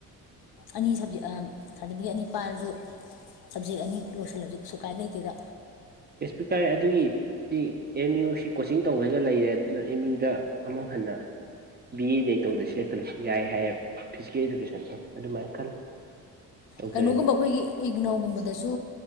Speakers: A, on the left (about 55°); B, on the right (about 20°).
A: ꯑꯅꯤ ꯁꯞꯖꯦꯛ ꯑꯝ ꯁꯥꯔꯗꯤꯕꯤꯒꯦꯠ ꯑꯅꯤ ꯄꯥꯏꯔꯖꯨ ꯁꯞꯖꯦꯛ ꯑꯅꯤ ꯂꯣꯏꯁꯤꯜꯂꯁꯨ ꯀꯩꯁꯨ ꯀꯥꯏꯅ ꯂꯩꯇꯦꯗ
B: ꯀꯦꯁꯄꯤꯀꯔ ꯑꯗꯨꯒꯤ C M U C coaching ꯇꯧꯕꯩꯒ ꯂꯩꯔꯦ ꯑꯗꯨꯅ ꯑꯦꯝ ꯌꯨꯗ ꯑꯃꯨꯛ ꯍꯟꯅ ꯕꯤ ꯑꯦꯗ ꯑꯩ ꯇꯧꯗꯁꯨ ꯌꯥꯏ ꯀꯂꯦꯛꯁꯟ ꯌꯥꯏ ꯍꯥꯏꯌꯦ ꯐꯤꯖꯤꯀꯦꯜ ꯏꯗꯨꯀꯦꯁꯟꯅ ꯑꯗꯨꯃꯥꯏ ꯈꯜꯂꯤ ꯇꯧꯗꯔꯗꯤ
A: ꯀꯩꯅꯣꯒꯨꯝꯕ ꯑꯩꯈꯣꯏꯒꯤ ꯏꯒꯅꯧꯒꯨꯝꯕꯗꯁꯨ